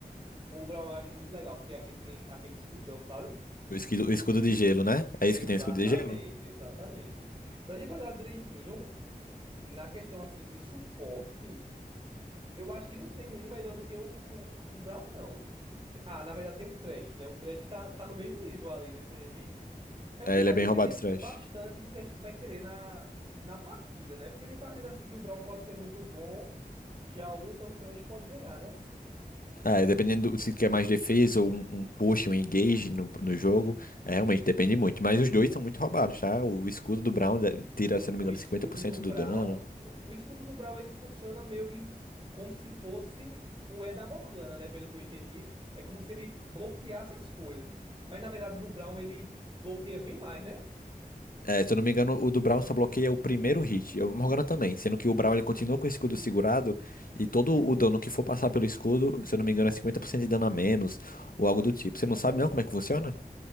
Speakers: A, on the right; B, on the left.
A: O Brown eu acho muito legal, porque é aquele tem aquele escudão, sabe?
B: O escudo, o escudo de gelo, né? É
A: Exatamente,
B: isso que tem o escudo de gelo?
A: exatamente. Se a gente olhar direitinho, na questão assim de suporte. Eu acho que não tem um melhor do que o, o Brown, não. Ah, na verdade tem o Trash, né? O Trash tá, tá no mesmo nível ali, né? Se a gente... É
B: É,
A: porque
B: ele
A: vai
B: é bem
A: depender
B: roubado atrás.
A: bastante do que a gente vai querer na, na partida, né? Porque tem partida assim que o Brown pode ser muito bom, já outra o Trash pode ganhar, né?
B: É, dependendo do- se quer mais defesa ou um, um push, um engage no, no jogo, é, realmente depende muito. Mas os dois são muito roubados, tá? O escudo do Brown eh, tira,
A: O,
B: se eu não me
A: o
B: engano,
A: escudo
B: 50%
A: do Brown...
B: do dano.
A: O o escudo do Brown, ele funciona meio que como se fosse o E da Morgana, né? Pelo que eu entendi. É como se ele bloqueasse as coisas. Mas, na verdade, o do Brown, ele bloqueia bem mais, né?
B: É, se eu não me engano, o do Brown só bloqueia o primeiro hit. E o Morgana também. Sendo que o Brown ele continua com o escudo segurado. E todo o dano que for passar pelo escudo, se eu não me engano, é 50% de dano a menos. Ou algo do tipo. Você não
A: O,
B: sabe não como é que funciona?